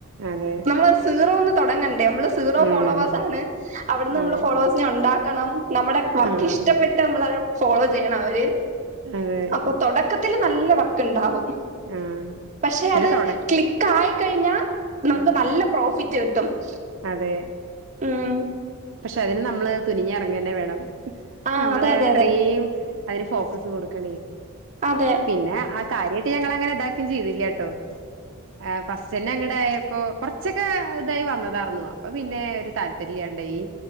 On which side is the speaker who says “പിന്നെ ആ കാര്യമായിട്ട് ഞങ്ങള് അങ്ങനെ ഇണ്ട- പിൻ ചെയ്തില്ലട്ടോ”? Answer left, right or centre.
Right